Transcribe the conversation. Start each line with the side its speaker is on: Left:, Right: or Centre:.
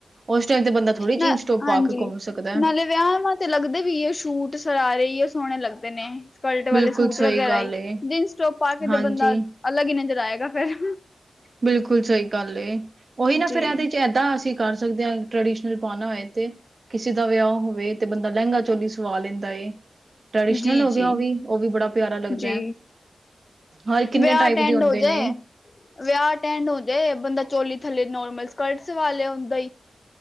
Right: ਉਸ ਟਾਈਮ ਤੇ ਬੰਦਾ ਥੋੜੀ
Left: ਨਾ
Right: ਜੀਨਸ ਟੋਪ
Left: ਹਾਂਜੀ
Right: ਪਾ ਕੇ ਘੁੰਮ ਸਕਦਾ ਹੈ
Left: ਨਾਲੇ ਵਿਆਹ ਤੇ ਲੱਗਦੇ ਵੀ ਉਹ ਸਛੂਟ ਸਰਾਰੇ ਹੀ ਉਹ ਸੋਹਣੇ ਲੱਗਦੇ ਨੇ ਸਕਰਟ
Right: ਬਿਲਕੁਲ
Left: ਵਾਲੇ ਸੂਟ
Right: ਸਹੀ
Left: ਵਗੈਰਾ
Right: ਗੱਲ
Left: ਹੀ
Right: ਏ
Left: ਜਿੰਨਸ ਟੋਪ ਪਾ ਕੇ
Right: ਹਾਂਜੀ
Left: ਤਾਂ ਬੰਦਾ ਅਲੱਗ ਹੀ ਨਜ਼ਰ ਆਏਗਾ ਫਿਰ
Right: ਬਿਲਕੁਲ ਸਹੀ ਗੱਲ ਏ ਉਹੀ ਨਾ
Left: ਜੀ,
Right: ਫਿਰ ਇਹਦੇ ਚ ਇਹਦਾਂ ਅਸੀਂ ਕਰ ਸਕਦੇ ਹਾਂ ਟ੍ਰਡੀਸ਼ਨਲ ਪਾਉਣਾ ਹੋਏ ਤੇ ਕਿਸੇ ਦਾ ਵਿਆਹ ਹੋਵੇ ਤੇ ਬੰਦਾ ਲਹਿੰਗਾ ਚੋਲੀ ਸਵਾ ਲੈਂਦਾ ਏ ਟਰਡੀਸ਼ਨਲ
Left: ਜੀ-ਜੀ,
Right: ਹੋ ਗਿਆ ਉਹ
Left: ਜੀ।
Right: ਵੀ ਉਹ ਵੀ ਬੜਾ ਪਿਆਰਾ ਲੱਗਦਾ
Left: ਜੀ
Right: ਹੈ ਹਰ ਕਿੰਨੇ
Left: ਵਿਆਹ
Right: ਟਾਈਪ
Left: ਟੈਂਡ
Right: ਦੇ ਹੁੰਦੇ
Left: ਹੋ ਜਾਏ
Right: ਨੇ
Left: ਵਿਆਹ ਅ ਟੈਂਡ ਹੋ ਜੇ ਬੰਦਾ ਚੋਲੀ ਥੱਲੇ ਨੋਰਮਲ ਸਕਰਟ ਸਵਾ ਲਿਆ ਹੁੰਦਾ